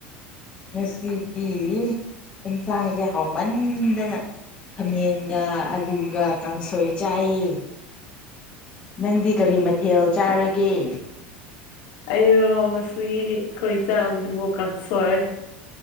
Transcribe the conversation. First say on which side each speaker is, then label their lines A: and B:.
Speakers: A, on the left; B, on the left.
A: ꯉꯁꯤꯗꯤ ꯑꯦꯟꯁꯥꯡꯁꯦ ꯍꯥꯎꯃꯟꯗꯅ ꯈꯥꯃꯦꯟꯒ ꯑꯂꯨꯒ ꯀꯥꯡꯁꯣꯏ ꯆꯥꯏꯌꯦ ꯅꯪꯗꯤ ꯀꯔꯤ ꯃꯊꯦꯜ ꯆꯥꯔꯒꯦ <unintelligible> <inaudible>
B: ꯑꯩꯔꯣ ꯉꯁꯤ ꯑꯩꯈꯣꯏ ꯆꯥꯕꯗꯨꯕꯨ ꯀꯛꯁꯣꯏ